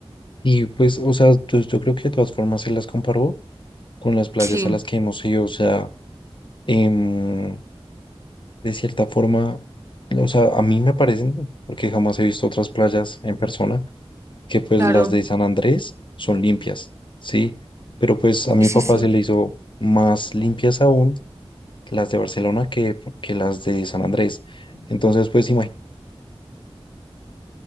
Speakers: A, on the left; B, on the right.
A: Y pues, o sea, yo, yo creo que de todas formas se las comparó con las playas
B: Sí,
A: a las que hemos ido, o sea, em, de cierta forma, o sea, a mí me parecen, porque jamás he visto otras playas en persona, que pues
B: claro.
A: las de San Andrés son limpias, ¿sí? Pero pues a mi
B: Sí, sí,
A: papá
B: sí.
A: se le hizo más limpias aún las de Barcelona que, que las de San Andrés. Entonces, pues